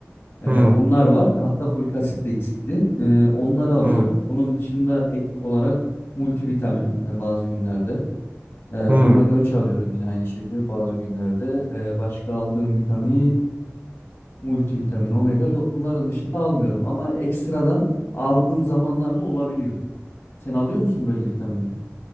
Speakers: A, on the left; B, on the right.
A: Ee,
B: Hı
A: onlar var. ve Hatta folik asit de eksikti. Ee, onları alıyorum.
B: hı
A: Onun dışında ek olarak multivitamin e, bazı günlerde. Ee, omega
B: hı.
A: 3 alıyorum yine aynı şekilde bazı günlerde. Ee, başka aldığım vitamin, multivitamin, omega yok. Bunların dışında almıyorum ama ekstradan aldığım zamanlarda olabiliyor. Sen alıyor musun böyle vitaminler?